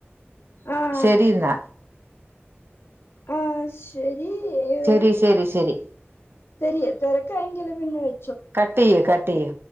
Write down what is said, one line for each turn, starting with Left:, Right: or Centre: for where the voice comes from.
Left: ആഹ്
Right: ശരി ഇന്നാ
Left: ആഹ് ശരി ഇഹ്
Right: ശരി ശരി ശരി
Left: തെരി തെരക്കാണെങ്കില് പിന്നെ വെ
Right: കട്ടിയ്യ് കട്ടിയ്യ്